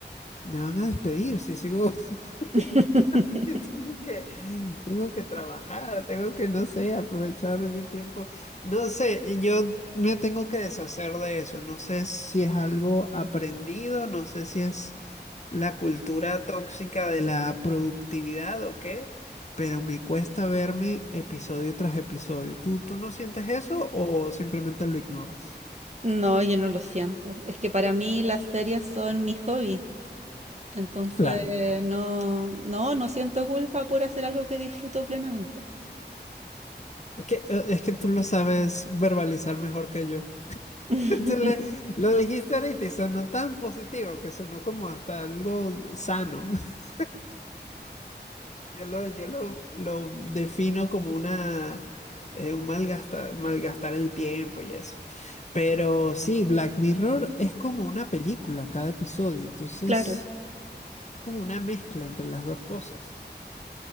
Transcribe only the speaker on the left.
Me van a despedir si sigo. <laughs>
Yo Tengo que, tengo que trabajar, tengo que, no sé, aprovechar mi tiempo. No sé, y yo me tengo que deshacer de eso. No sé si es algo aprendido, no sé si es la cultura tóxica de la productividad o qué, pero me cuesta verme episodio tras episodio. ¿Tú, tú no sientes eso o simplemente lo ignoras?
Claro.
Que, eh, Es que tú lo sabes verbalizar mejor que yo.
Te le- lo dijiste ahorita y sonó tan positivo que sonó como hasta algo sano. <laughs> Yo lo, yo lo, lo defino como una, eh, un malgasta- malgastar el tiempo y eso. Pero sí, Black Mirror es como una película cada episodio, entonces
como una mezcla entre las dos cosas.